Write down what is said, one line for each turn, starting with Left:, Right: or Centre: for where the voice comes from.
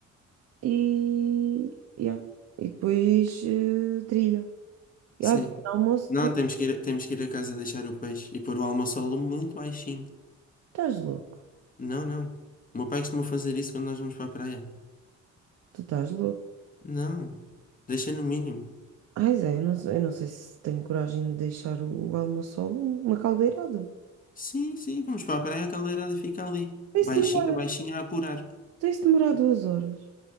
Right: e. Yeah. E depois eh, trilha. E
Left: Sim.
Right: ai, pequeno almoço,
Left: Não,
Right: trilha.
Left: temos que ir, temos que ir a casa deixar o peixe e pôr o almoço ao lume muito baixinho.
Right: Estás louco?
Left: Não, não. O meu pai costuma fazer isso quando nós vamos para a praia.
Right: Tu estás louco?
Left: Não. Deixa no mínimo.
Right: Ai, Zé, eu não sei, eu não sei se tenho coragem de deixar o almoço ao lume, uma caldeirada.
Left: Sim, sim, vamos para a praia, a caldeirada fica ali.
Right: Tem
Left: Baixinha,
Right: se demorar,
Left: baixinha a apurar.
Right: tem se demorar duas horas.